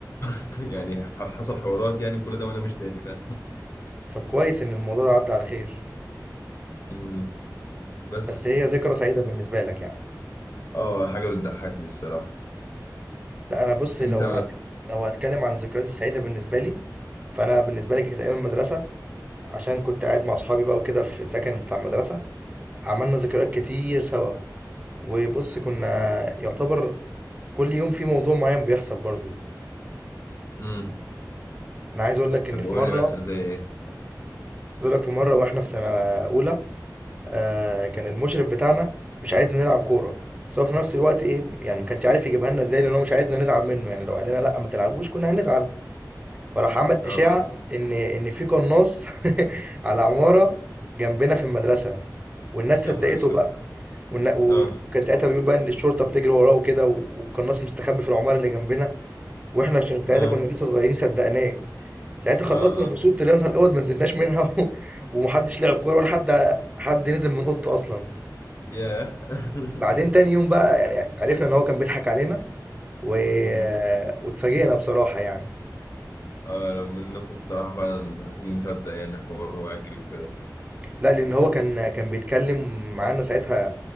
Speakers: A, on the left (about 45°); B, on the right (about 20°).
A: <laughs> حصل حوارات يعني كل ده وانا مش داري فاهم
B: طب كويس ان الموضوع ده عدى على خير
A: امم بس
B: بس هي ذكرى سعيده بالنسبه لك يعني
A: اه حاجه بتضحكني الصراحه
B: لا انا بص
A: انت
B: لو هت... لو هتكلم عن الذكريات السعيده بالنسبه لي فانا بالنسبه لي كانت ايام المدرسه عشان كنت قاعد مع اصحابي بقى وكده في السكن بتاع المدرسه عملنا ذكريات كتير سوا وبص كنا يعتبر كل يوم في موضوع معين بيحصل برضو
A: امم
B: انا عايز اقول لك
A: طب
B: ان في
A: قول
B: مره
A: لي مثلا
B: عايز
A: زي ايه
B: اقول لك في مره واحنا في سنه اولى آه كان المشرف بتاعنا مش عايزنا نلعب كوره بس هو في نفس الوقت ايه يعني ما كانش عارف يجيبها لنا ازاي لان هو مش عايزنا نزعل منه يعني لو قال لنا لا ما تلعبوش كنا هنزعل فراح عمل
A: اه
B: اشاعه ان ان في قناص <laughs> على عماره جنبنا في المدرسه والناس
A: يا
B: صدقته
A: نهار اسود
B: بقى والنا- وكان
A: اه
B: ساعتها بيقول بقى ان الشرطه بتجري وراه وكده والقناص مستخبي في العماره اللي جنبنا واحنا عشان ساعتها
A: اه
B: كنا لسه صغيرين صدقناه ساعتها خلصنا
A: اه اه
B: الفصول طلعنا الاوض ما نزلناش منها <laughs> و... ومحدش لعب كوره ولا حد حد نزل من اوضته اصلا
A: ياه <laughs>
B: بعدين تاني يوم بقى يعني عرفنا ان هو كان بيضحك علينا و...
A: مم.
B: واتفاجئنا بصراحه يعني
A: اه لو منكم الصراحة فعلا هكون مصدق يعني حوار واجري وكده
B: لا لان هو كان كان بيتكلم معانا ساعتها